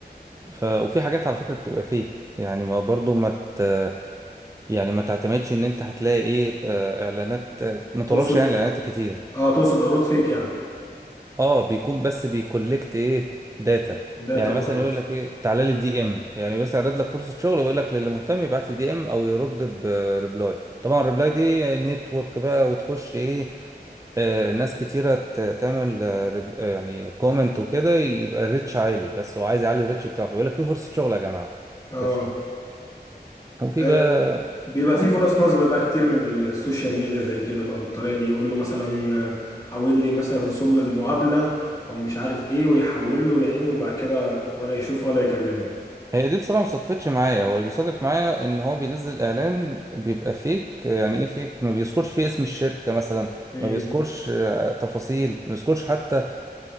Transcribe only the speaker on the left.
تقصد
اه تقصد عروض فيك يعني
داتا
وخلاص
اه
آه.
بيبقى في
فرص نصب بقى كتير من السوشيال ميديا زي كده بقى بالطريقة دي يقول له مثلا آه، حول لي مثلا رسوم المقابلة او مش عارف ايه ويحول له يا عيني وبعد كده ولا يشوفه ولا يكلمه
مم.